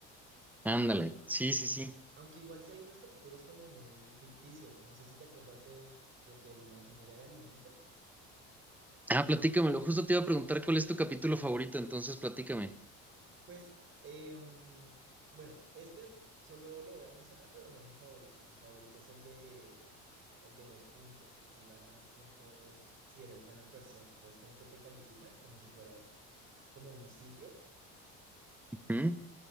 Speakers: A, in the centre; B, on the right.
A: Ándale, sí, sí, sí.
B: Aunque igual sí hay unos capítulos como muy ficticios, no sé si te acuerdas de, del de la ingeniería de alimentos.
A: Ah, platícamelo, justo te iba a preguntar cuál es tu capítulo favorito, entonces platícame.
B: Pues, em, bueno, este solo lo voy a mencionar, pero no es mi favorito. Mi favorito es el de, el de los puntos, que tú ganas puntos si eres buena persona. Entonces, como que te califican como si fueras como un sitio.
A: ¿Mm?